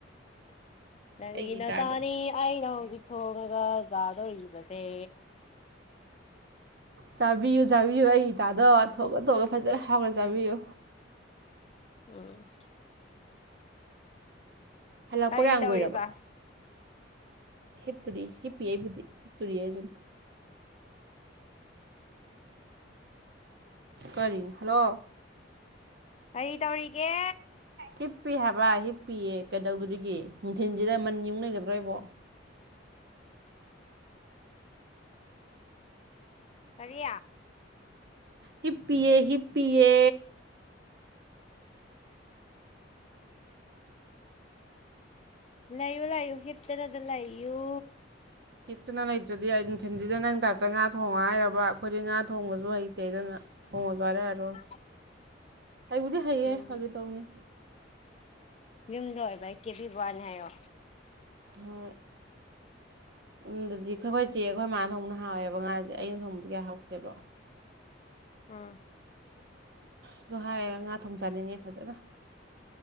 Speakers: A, on the left (about 35°); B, on the right (about 60°).
A: ꯅꯪꯒꯤ
B: ꯑꯩꯒꯤ ꯏꯇꯥꯗꯣ
A: ꯅꯇꯥꯅꯤ ꯑꯩꯅ ꯍꯧꯖꯤꯛ ꯊꯣꯡꯉꯒ ꯆꯥꯗꯧꯔꯤꯕꯁꯦ
B: ꯆꯥꯕꯤꯌꯨ ꯆꯥꯕꯤꯌꯨ ꯑꯩ ꯏꯇꯥꯗꯣ ꯊꯣꯛꯂ ꯊꯣꯛꯂ ꯐꯖꯅ ꯍꯥꯎꯅ ꯆꯥꯕꯤꯌꯨ
A: ꯎꯝ
B: ꯍꯜꯂꯛꯄ
A: ꯀꯔꯤ
B: ꯀꯌꯥꯝ
A: ꯇꯧꯔꯤꯕ
B: ꯀꯨꯏꯔꯕ ꯍꯤꯞꯕꯨꯗꯤ ꯍꯤꯞꯄꯤꯌꯦ ꯑꯩꯕꯨꯗꯤ ꯀꯨꯢꯔꯦ ꯑꯗꯨꯝ ꯀꯔꯤ ꯍꯜꯂꯣ
A: ꯀꯔꯤ ꯇꯧꯔꯤꯒꯦ
B: ꯍꯤꯞꯄꯤ ꯍꯥꯏꯕ ꯍꯤꯞꯄꯤꯌꯦ ꯀꯩꯗꯧꯗꯔꯤꯒꯦ ꯅꯨꯡꯊꯤꯟꯁꯤꯗ ꯃꯟ ꯌꯨꯡꯉꯒ ꯂꯩꯒꯗꯔꯣ ꯑꯩꯕꯨ
A: ꯀꯔꯤ
B: ꯍꯤꯞꯄꯤꯌꯦ ꯍꯤꯞꯄꯤꯌꯦ
A: ꯂꯩꯥꯌꯨ ꯂꯩꯌꯨ ꯍꯤꯞꯇꯅꯗ ꯂꯩꯥꯌꯨ
B: ꯍꯤꯞꯇꯅ ꯂꯩꯇ꯭ꯔꯗꯤ ꯑꯩ ꯅꯨꯡꯊꯤꯟꯁꯤꯗ ꯅꯪ ꯗꯥꯛꯇ ꯉꯥ ꯊꯣꯡꯉ ꯍꯥꯏꯩꯔꯕ ꯑꯩꯈꯣꯏꯗꯤ ꯉꯥ ꯊꯣꯡꯕꯁꯨ ꯍꯩꯇꯦ ꯑꯗꯨꯅ ꯊꯣꯡꯉꯣꯁꯨ ꯍꯥꯏꯔꯛꯑꯔꯣꯏ
A: <unintelligible>
B: ꯑꯩꯕꯨꯗꯤ ꯍꯩꯌꯦ
A: ꯎꯝ
B: ꯍꯧꯖꯤ ꯇꯧꯅꯤ
A: ꯌꯨꯝꯗ ꯑꯣꯏꯕ ꯀꯦ ꯕꯤ ꯋꯥꯕꯥꯅꯤ ꯍꯥꯏꯌꯣ
B: ꯍꯣꯏ ꯎꯗꯗꯤ ꯑꯩꯈꯣꯏ ꯑꯩꯈꯣꯏ ꯆꯦꯈꯣꯏ ꯃꯥꯅ ꯊꯧꯅ ꯑꯍꯥꯎꯋꯦꯕ ꯉꯥꯁꯦ ꯑꯩꯅ ꯁꯣꯡꯕꯗ ꯀꯌꯥ ꯍꯧꯥꯎꯇꯦꯕ
A: ꯑꯝ
B: ꯑꯗꯨ ꯍꯥꯏꯔꯒ ꯉꯥ ꯊꯣꯡ ꯆꯥꯅꯤꯡꯉꯦ ꯐꯖꯅ